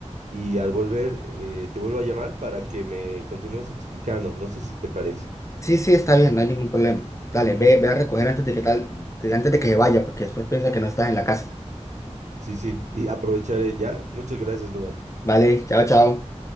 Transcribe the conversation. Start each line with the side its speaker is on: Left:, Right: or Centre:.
Right: y al volver eh, te vuelvo a llamar para que me continúes explicando. No sé si te parece.
Left: Sí, sí, está bien, no hay ningún problema. Dale, ve, ve a recoger antes de que tal, antes de que se vaya, porque después piensa que no estás en la casa.
Right: Sí, sí. Y aprovecharé ya. Muchas gracias, Duan.
Left: Vale, chao, chao.